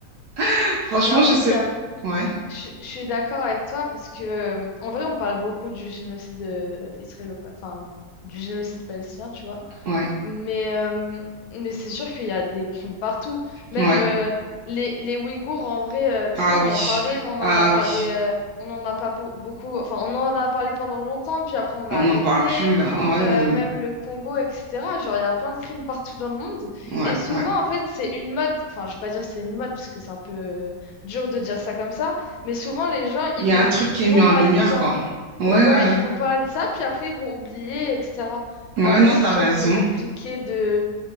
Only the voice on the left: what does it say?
Mais en
plus,
il y a-
je, je suis d'accord avec toi parce que, euh, en vrai, on parle beaucoup du génocide euh, israélo, enfin, du génocide palestinien, tu vois.
Mais, euh, mais c'est sûr qu'il y a des crimes partout. Même
euh, les, les Ouïghours, en vrai, euh, tu
sais, on
en parlait, mais on
en a parlé,
euh, on en a pas po- beaucoup. Enfin, on en a parlé pendant longtemps, puis après on
a arrêté.
Euh,
même le Congo, etc. Genre, il y a plein de crimes partout dans le monde.
Et souvent,
en fait, c'est une mode. Enfin, je vais pas dire c'est une mode, parce que c'est un peu euh, dur de dire ça comme ça. Mais souvent, les gens, ils
vont,
ils
vont
parler
de ça.
Ouais,
ils vont parler de ça, puis après, ils vont oublier, etc.
Après,
c'est
sûr
que c'est compliqué de,